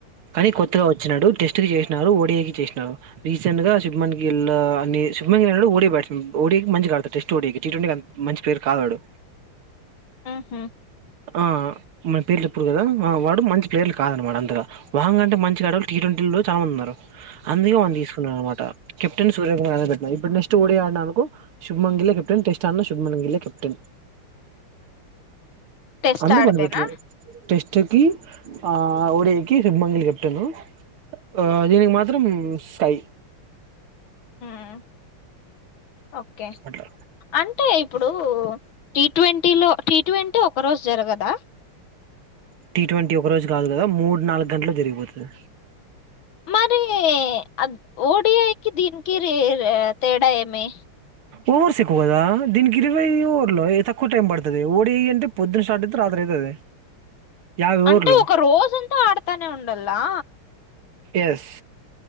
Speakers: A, on the right (about 75°); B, on the left (about 65°).
A: కానీ కొత్తగా వోచ్చినాడు టెస్ట్ స్ట్ కి చేసినారు. ఓ డి ఐ కి చేసినారు రీసెంట్ గా శుభమంగిల్ అన్ని శుభమం గాడు ఓడి బ్యాట్స్మన్ ఓడికి మంచి గా ఆడతాడు టెస్ట్ ఓడికి టీ ట్వంటీకి అంత మంచి ప్లేయర్ కాదు ఆడు
B: ఆ హమ్
A: ఆ మన పేర్లు చేప్పుడు కదా ఆ వాడు మంచి ప్లేయర్లు కాదు అనమాట అంతగా వాహంగ్ అంటే మంచిగా ఆడోల్ టీ ట్వంటీ ల్లో చాన్ మంది ఉన్నారు అందుకే వానిు తీసుకున్నా అనమాట కెప్టెన్ నీ సూర్యకుమార్ పెట్టినా ఇప్పుడు నెక్స్ట్ ఓడి ఆడిననుకో శుభమన్ గిల్ కెప్టెన్ టెస్ట్ అ శుభమన్ గిల్ ఏ కెప్టెన్
B: టెస్ట్
A: అందుకు
B: ఆడదేనా
A: వాన్ని పెట్టలేద్ టెస్ట్ కి ఆ ఓడియకి శుభమంగిల్ కెప్టెను ఆ దీనికి మాత్రం స్ కై
B: అ ఓకే
A: అట్లా
B: అంటే ఇప్పుడు టి ట్వంన్ టీ లో టీ ట్వంటీ ఒక రోజు జరగదా
A: టీ ట్వంటీ ఒక రోజు కాదు కదా మూడు నాలుగు గంటలో జరిగిపోతది
B: మరి ఆగ్ ఓడి ఐకి దీనికి రీ రే తేడా ఏమీ
A: ఓవర్స్ ఎక్కువ గదా దీనికి ఇరవై ఓవర్లు తక్కువ టైం పడుతది ఓడి అంటే పొద్దున్న స్టార్ట్ అయితే రాత్రి అయితది యాభై
B: అంటే
A: ఓవర్లు
B: ఒక రోజంతా ఆడతానే ఉండల్లా
A: ఎస్